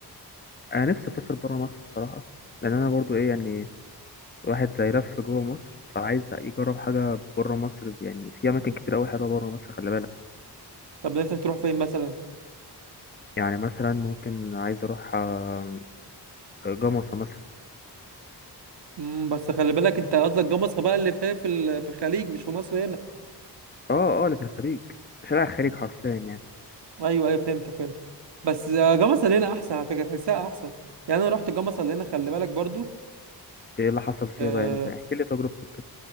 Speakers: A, on the left; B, on the right.
A: انا نفسي اسافر بره مصر بصراحه لان انا برضو ايه يعني واحد زي لف جوه مصر فعايز يجرب حاجه بره مصر يعني في اماكن كتير قوي حلوه بره مصر خلي بالك
B: طب نفسك تروح فين مثلا
A: يعني مثلا ممكن عايز اروح آه، جمصة مثلا
B: مم بس خلي بالك انت قصدك جوه مصر بقى اللي فيها في ال- في الخليج مش في مصر هنا
A: اه اه اللي في الخليج شارع الخليج حرفيا يعني
B: ايوه ايوه فهمتك فهمتك بس آه، جوه مصر هنا احسن على فكره تحسها احسن يعني انا رحت جوه مصر هنا خلي بالك برضو
A: ايه اللي حصل فيها
B: آه
A: بقى يعني احكي لي تجربتك كده